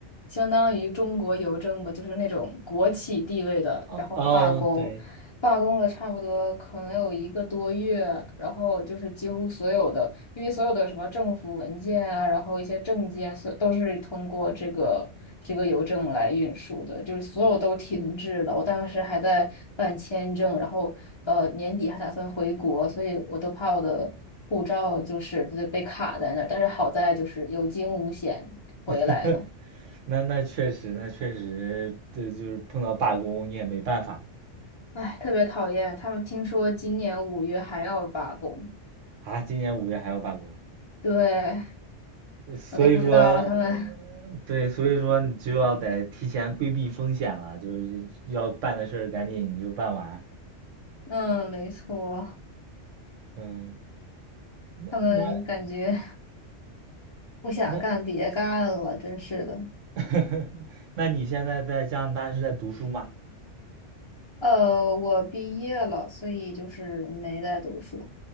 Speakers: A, on the left (about 30°); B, on the right (about 80°).
A: 相当于中国邮政吧，就是那种国企地位的，
B: 哦哦，
A: 然后罢工，
B: 对，
A: 罢工了差不多可能有一个多月，然后就是几乎所有的。因为所有的什么政府文件啊，然后一些证件，所都是通过这个这个邮政来运输的，就是所有都停滞了。我当时还在办签证，然后呃年底还打算回国，所以我都怕我的护照就是被被卡在那儿。但是好在就是有惊无险回来了。
B: <laughs> 那那确实，那确实，这就是碰到罢工你也没办法
A: 唉，特别讨厌他们，听说今年五月还要罢工，
B: 啊。今年五月还要罢工。
A: 对，
B: 所以说，
A: 我都不知道他们，
B: 对，所以说你就要得提前规避风险了，就是要办的事儿赶紧你就办完。
A: <laughs> 嗯，没错，
B: 嗯，那那
A: 他们感觉。不想干，
B: 那，
A: 别干了，真是的。
B: <laughs> 那你现在在加拿大是在读书吗？
A: 呃，我毕业了，所以就是没在读书。